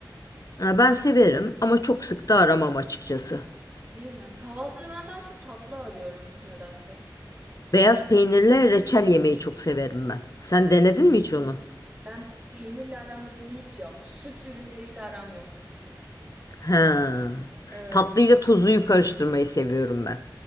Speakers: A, on the left; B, on the right.
A: Ha, Ben severim ama çok sık da aramam açıkçası.
B: Değil mi? Kahvaltıda ben daha çok tatlı arıyorum nedense.
A: Beyaz peynirle reçel yemeyi çok severim ben. Sen denedin mi hiç onu?
B: Ben peynirle aram benim hiç yok. Süt ürünleriyle aram yok.
A: Ha.
B: Evet.
A: Tatlıyla tuzuyu karıştırmayı seviyorum ben.